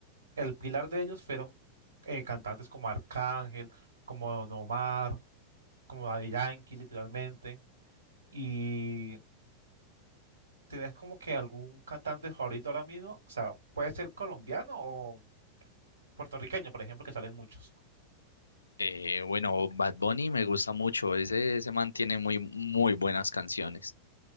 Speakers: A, on the right (about 75°); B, on the left (about 80°).
A: el pilar de ellos fueron eh, cantantes como Arcángel, como Don Omar, como Daddy Yankee, literalmente. Y ¿tenés como que algún cantante favorito ahora mismo? O sea, puede ser colombiano o puertorriqueño, por ejemplo, que salen muchos.
B: Eh, bueno, Bad Bunny me gusta mucho, ese, ese man tiene muy, muy buenas canciones.